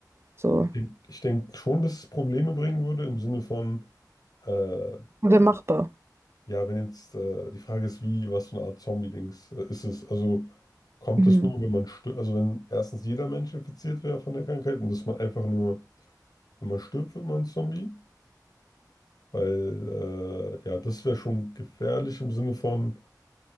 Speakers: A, on the right; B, on the left.
A: So,
B: Ich denke ich denk schon, dass es Probleme bringen würde im Sinne von, äh,
A: wäre machbar.
B: ja, wenn jetzt äh, die Frage ist, wie, was für eine Art Zombie-Dings äh, ist es? Also kommt
A: Mhm.
B: das nur, wenn man stirbt, also wenn erstens jeder Mensch infiziert wäre von der Krankheit und dass man einfach nur wenn man stirbt, wird man ein Zombie. Weil, äh, ja, das wäre schon gefährlich im Sinne von,